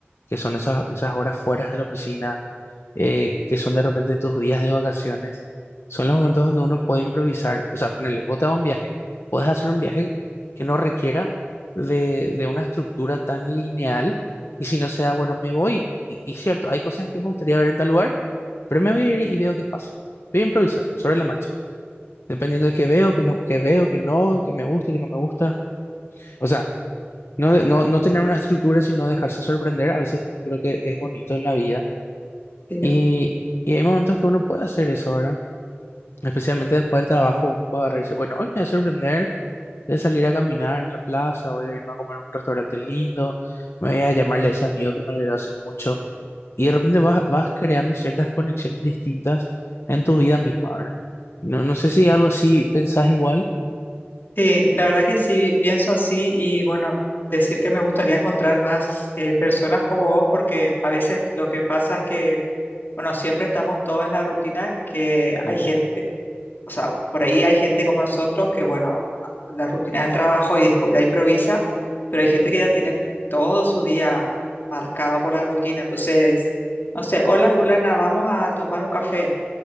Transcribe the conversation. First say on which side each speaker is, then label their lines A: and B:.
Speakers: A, on the left; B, on the left.
A: que son esas, esas horas fuera de la oficina, eh, que son de repente tus días de vacaciones, son los momentos donde uno puede improvisar, o sea, ponele, vos te vas a un viaje, puedes hacer un viaje que no requiera de, de una estructura tan lineal, y si no se da, bueno, me voy, y, y cierto, hay cosas que me gustaría ver en tal lugar, pero me voy a ir y veo qué pasa. Voy a improvisar sobre la marcha. Dependiendo de qué veo, que no, que veo, que no, que me gusta, que no me gusta. O sea, no, de- no, no tener una estructura, sino dejarse sorprender, a veces también creo que es bonito en la vida.
B: sí,
A: Y, y hay momentos que uno puede hacer eso, ¿verdad? Especialmente después del trabajo, uno puede agarrar y decir, bueno, hoy me voy a sorprender, voy a salir a caminar en la plaza, voy a irme a comer a un restaurante lindo, me voy a llamarle a ese amigo que no le veo hace mucho. Y de repente vas, vas creando ciertas conexiones distintas en tu vida misma, ¿verdad? No, no sé si algo así pensás igual.
B: sí, la verdad que sí pienso así y bueno, decir que me gustaría encontrar más eh, personas como vos porque a veces lo que pasa es que Bueno, siempre estamos todos en la rutina que
A: Ujú,
B: hay gente, o sea, por ahí hay gente como nosotros que, bueno, a- la rutina es el trabajo y después ya improvisa, pero hay gente que ya tiene todo su día marcado por la rutina. Entonces, no sé, hola fulana, vamos a tomar un café.